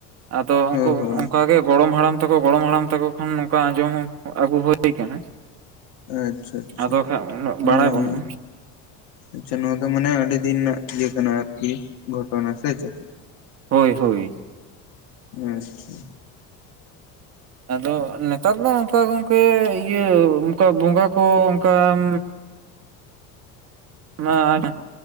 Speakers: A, on the right; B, on the left.
A: ᱟᱫᱚ
B: ᱦᱳᱭ ᱦᱳᱭ
A: ᱚᱱᱠᱟᱜᱮ ᱜᱚᱲᱚᱢ ᱦᱟᱲᱟᱢ ᱛᱟᱠᱚ ᱜᱚᱲᱚᱢ ᱦᱟᱲᱟᱢ ᱛᱟᱠᱚ ᱠᱷᱚᱱ ᱱᱚᱝᱠᱟ ᱟᱸᱡᱚᱢ ᱟᱹᱜᱩ ᱦᱳᱭ ᱠᱟᱱᱟ
B: ᱟᱪᱪᱷᱟ ᱟᱪᱪᱷᱟ
A: ᱟᱫᱚ ᱠᱷᱟᱡ ᱩᱱᱟᱹᱜ
B: ᱦᱮᱸ
A: ᱵᱟᱲᱟᱭ ᱵᱟᱹᱱᱩᱜᱼᱟ
B: ᱟᱪᱪᱷᱟ ᱱᱚᱣᱟ ᱫᱚ ᱢᱟᱱᱮ ᱟᱹᱰᱤ ᱫᱤᱱ ᱨᱮᱱᱟᱜ ᱤᱭᱟᱹ ᱠᱟᱱᱟ ᱟᱨᱠᱤ ᱜᱷᱚᱴᱚᱱᱟ ᱥᱮ ᱪᱮᱫ
A: ᱦᱳᱭ ᱦᱳᱭ
B: ᱟᱪᱪᱷᱟ
A: ᱟᱫᱚ ᱱᱮᱛᱟᱨ ᱫᱚ ᱚᱱᱠᱟ ᱜᱚᱝᱠᱮ ᱤᱭᱟᱹ ᱚᱱᱠᱟ ᱵᱚᱸᱜᱟ ᱠᱚ ᱚᱱᱠᱟᱢ ᱚᱱᱟ